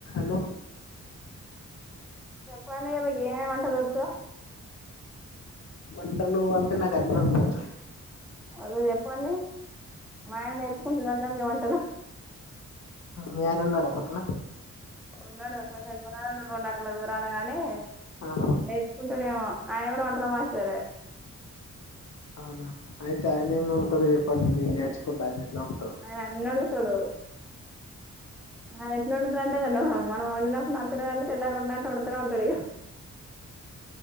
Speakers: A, on the left (about 60°); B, in the centre.
A: Hello
B: చెప్పండి మీకి ఏం ఏం వంటలచో
A: వంటలు అంటే నాకు అన్ని వుండొచ్చు
B: అదో చెప్పండి మా ఆయన నేర్చకుంటడా దాన్ని వంటలు
A: మీ ఆయన ఉన్నాడా పక్కనా
B: ఉన్నాడు కొంచెం దూరంలో ఉన్నాడు రెండుడుల దూరానా గాని
A: ఆహా
B: నేర్చుకుంటాడేమో ఆయన కూడా వంటలు మాస్టర్
A: అవునా అయితే ఆయన ఏం అందుతాడో చెప్పండి నే నేర్చుకుంట ఆయన ఎట్లా వండుతాడో
B: అ అన్నివొందుతాడు అది ఎట్లా ఉంటాద్ర అంటే తెలవదు మనం వన్ అండ్ హాఫ్ నచ్చలే అంటే తెల్లారు ఉండడాంటే వండుతునే ఉంటాడు ఇగ